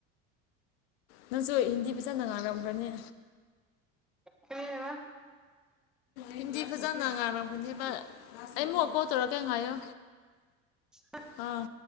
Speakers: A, on the left; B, in the centre.
A: ꯅꯪꯁꯨ ꯍꯤꯟꯗꯤ ꯐꯖꯅ ꯉꯥꯡꯔꯝꯈ꯭ꯔꯅꯤ
B: ꯀꯩ ꯍꯥꯏꯕ
A: ꯍꯤꯟꯗꯤ ꯐꯖꯅ ꯉꯥꯏꯔꯝꯒꯅꯦꯕ ꯑꯩꯃꯨꯛ ꯀꯣꯜ ꯇꯧꯔꯛꯒꯦ ꯉꯥꯢꯌꯣ
B: ꯑ <inaudible>
A: ꯑꯥ